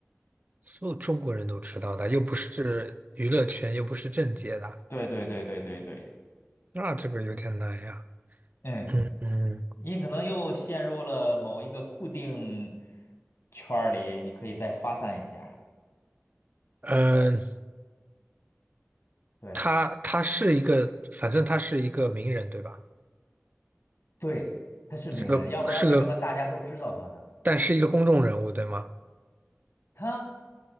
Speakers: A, on the right (about 35°); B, on the left (about 60°).
A: 所有中国人都知道的，又不是娱乐圈，又不是政界的，
B: 对对对对对对对，
A: 那这个有点难呀。
B: 嗯，
A: 嗯嗯，
B: 你可能又陷入了某一个固定圈儿里，你可以再发散一下。
A: 呃，
B: 对，
A: 他他是一个，反正他是一个名人，对吧？
B: 对，他是名人，
A: 是个是个，
B: 要不然为什么大家都知道他呢？
A: 但是一个公众人物，对吗？
B: 他